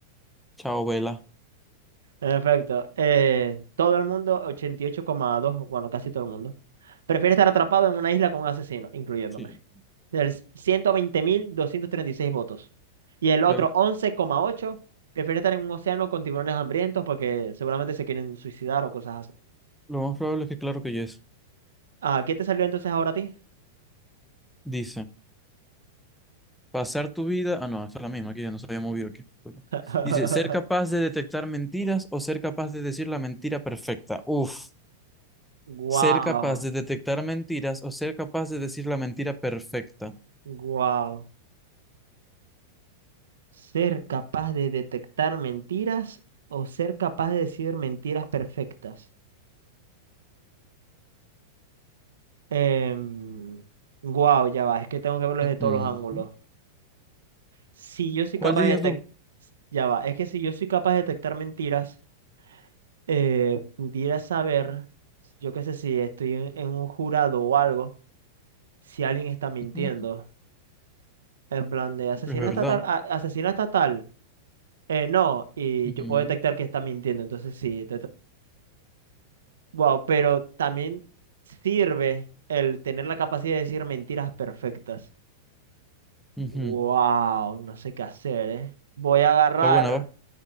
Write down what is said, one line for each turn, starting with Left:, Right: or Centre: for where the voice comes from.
Centre: chao, vela.
Right: En efecto, eh, todo el mundo, ochenta y ocho coma dos bueno, casi todo el mundo, prefiere estar atrapado en una isla con un asesino, incluyéndome.
Centre: Sí,
Right: Del 120.236 votos. Y el otro
Centre: claro que-
Right: once coma ocho prefiere estar en un océano con tiburones hambrientos porque seguramente se quieren suicidar o cosas así.
Centre: lo más probable es que claro que yes.
Right: Ah, ¿qué te salió entonces ahora a ti?
Centre: Dice. Pasar tu vida. Ah, no, esta es la misma, aquí ya nos había movido aquí. perdón.
Right: <laughs>
Centre: Dice, ser capaz de detectar mentiras o ser capaz de decir la mentira perfecta. Uf,
Right: Wow,
Centre: ser capaz de detectar mentiras o ser capaz de decir la mentira perfecta.
Right: wow. ¿Ser capaz de detectar mentiras o ser capaz de decir mentiras perfectas? Em, guau, ya va, es que tengo que verlo
Centre: Ujú.
Right: desde todos los ángulos. Si yo soy
Centre: ¿Cuál
Right: capaz
Centre: dirías
Right: de detectar,
Centre: tú?
Right: ya va, es que si yo soy capaz de detectar mentiras, eh, pudiera saber, yo qué sé, si estoy en, en un jurado o algo, si alguien está mintiendo.
Centre: Ujú,
Right: En plan de asesina
Centre: Es verdad.
Right: estatal, a- asesina estatal. Eh, no, y
Centre: Ujú,
Right: yo puedo detectar que está mintiendo, entonces sí, Wow, pero también sirve el tener la capacidad de decir mentiras perfectas.
Centre: ujú.
Right: Wow, no sé qué hacer, ¿eh? Voy a agarrar,
Centre: Está buena, va.